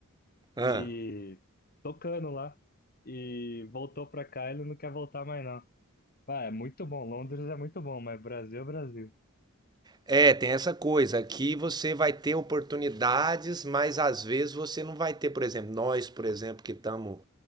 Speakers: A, on the right; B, on the left.
A: Ah,
B: e tocando lá e voltou para cá, ele não quer voltar mais não. Ah, é muito bom, Londres é muito bom, mas Brasil é Brasil.
A: é, tem essa coisa. Aqui você vai ter oportunidades, mas às vezes você não vai ter. Por exemplo, nós, por exemplo, que estamos